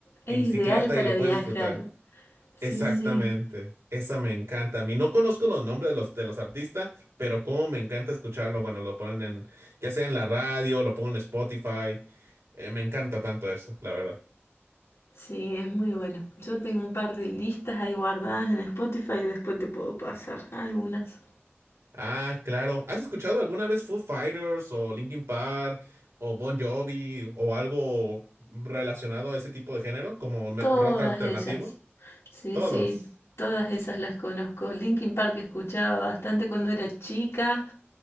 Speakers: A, on the left; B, on the right.
A: es
B: en
A: ideal
B: bicicleta
A: para
B: y lo
A: viajar.
B: puedes disfrutar.
A: Sí,
B: Exactamente,
A: sí.
B: esa me encanta. A mí no conozco los nombres de los, de los artistas, pero como me encanta escucharlo cuando lo ponen en, ya sea en la radio, lo pongo en Spotify, eh, me encanta tanto eso, la verdad.
A: Sí, es muy bueno. Yo tengo un par de listas ahí guardadas en Spotify, después te puedo pasar algunas.
B: Ah, claro. ¿Has escuchado alguna vez Foo Fighters o Linkin Park o Bon Jovi o algo relacionado a ese tipo de género, como me-
A: Todas
B: rock alternativo?
A: ellas. Sí,
B: Todos.
A: sí, todas esas las conozco. Linkin Park escuchaba bastante cuando era chica.